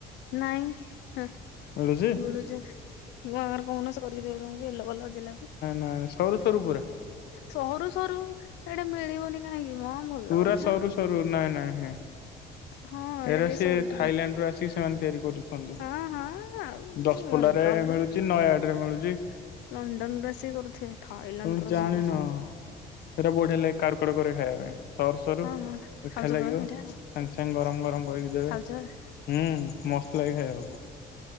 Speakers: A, on the left; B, on the left.
A: ନାଇଁ ହୁଁ।
B: <unintelligible>
A: କହୁନ ସେ କରିକି ଦେବେ ତମକୁ ୟେଲୋ କଲର ଜିଲାପି।
B: ନାଁ ସରୁ ସରୁ ପୁରା।
A: ସରୁ ସରୁ ହେଇଠେ ମିଳିବନି କାହିଁକି ମ ଭଲ
B: ପୁରା
A: କଥା।
B: ସରୁ ସରୁ ନାଇଁ ନାଇଁଁ।
A: ହଁ ଏଇଟା
B: ଏରା
A: ଟିକେ
B: ସିଏ
A: ସରୁଥିଲା
B: ଥାଇଲାଣ୍ଡ ରୁ ଆସିକି ସେମାନେ ତିଆରି କରୁଛନ୍ତି।
A: ହଁ ହଁ ଆଉ
B: ଦଶପଲ୍ଲା
A: ଲଣ୍ଡନରୁ
B: ରେ ମିଳୁଛି ନୟାଗଡ ରେ ମିଳୁଛି।
A: ଲଣ୍ଡନରୁ ଆସିକି କରୁଥିବେ। ଥାଇଲାଣ୍ଡରୁ
B: ତମେ
A: ଆସିକି
B: ଜାଣିନ?
A: କରୁଛନ୍ତି।
B: ସେଇଟା ବଢିଆ ଲାଗେ କାଡୁ କାଡୁ କରିକି ଖାଇବା ପାଇଁ ସରୁ ସରୁ
A: ହଁ
B: ମିଠା
A: ହଁ ଖାଉଛ
B: ଲାଗିବ।
A: ତମେ ଏଇଟା
B: ସାଙ୍ଗେ ସାଙ୍ଗେ ଗରମ ଗରମ କରିକି ଦେବେ।
A: ଖାଉଛ?
B: ହୁଁ, ମସ୍ତ ଲାଗେ ଖାଇବାକୁ।